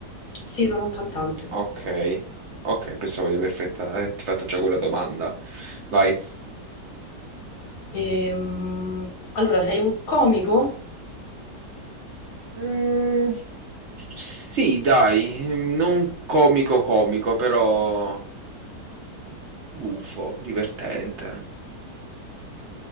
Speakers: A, on the left; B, on the right.
A: Sì, sono un cantante.
B: Ok, ok, pensavo di aver fatto- averti fatto già quella domanda. Vai.
A: Ehm, allora, sei un comico?
B: Mm, sì, dai, non comico comico, però buffo, divertente.